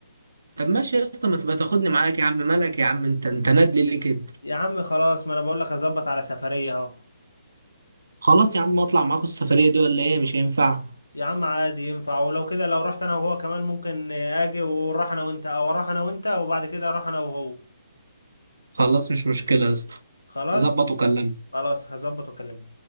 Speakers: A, on the right; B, on the left.
A: طب ماشي يا اسطى ما تبقى تاخدني معاك يا عم مالك يا عم انت انت نادلي ليه كده
B: يا عم خلاص ما انا بقول لك اظبط على سفرية اهو
A: خلاص يا عم اطلع معاكم السفرية دي ولا ايه مش هينفع
B: يا عم عادي ينفع ولو كده لو رحت انا وهو كمان ممكن اجي ونروح انا وانت او اروح انا وانت وبعد كده اروح انا وهو
A: خلاص مش مشكلة يا اسطى
B: خلاص
A: ظبط وكلمني
B: خلاص هظبط واكلمك